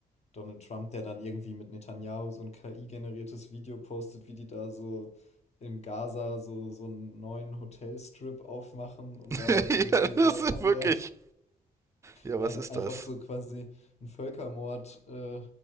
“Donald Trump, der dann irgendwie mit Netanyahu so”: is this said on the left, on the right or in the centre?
Left